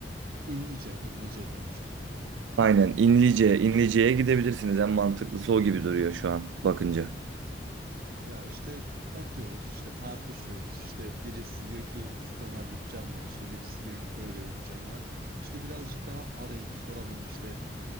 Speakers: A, on the right; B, on the right.
A: İnlice, inlice demiştim.
B: Aynen İnlice, İnlice'ye gidebilirsiniz. En mantıklısı o gibi duruyor şu an bakınca.
A: Ya işte bakıyoruz, işte tartışıyoruz. İşte birisi diyor ki şu kadar bütçem var. işte birisi diyor ki böyle bütçem var. İşte birazcık daha arayıp soralım. işte